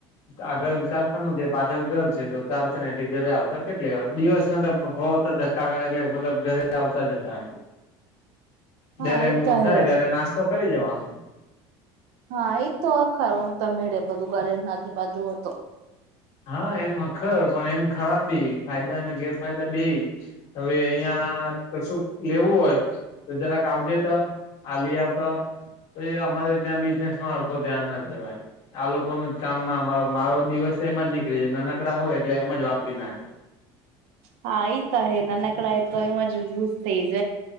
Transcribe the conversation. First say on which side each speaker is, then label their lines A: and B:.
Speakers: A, on the left; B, on the right.
A: આગળ કારખાનું છે પાછળ ઘર છે તો કારખાના એથી ઘરે આવતા કેટલી દિવસ ના તો હો. ધક્કા એટલે મતલબ ઘરે આવતા જતા
B: હા
A: જયારે
B: એ
A: મૂળ
B: તો
A: થાય
B: હે.
A: ત્યારે નાસ્તો કરી જવાનો
B: હા એજ તો આખરમ તો મેળે બધું ઘરે આજુ બાજુ હોય તો
A: હા એમ હખર પણ એમ ખરાબ બી ફાયદા અને ગેરફાયદા બે હવે. અહં કશું લેવું હોય તો જરાક આવજે ત આ લ આવતા તો એ અમારે ત્યાં બિઝનેસ માં ધ્યાન ના દેવાય આ લોકો ન જ કામમાં મારો મારો દિવસ એમ જ નીકળી જાય નાનકડા હોય એટલે એમ જ વાપરી નાખે
B: હા આઈતા હ નન કડા આતો ઇજ યુઝ થજ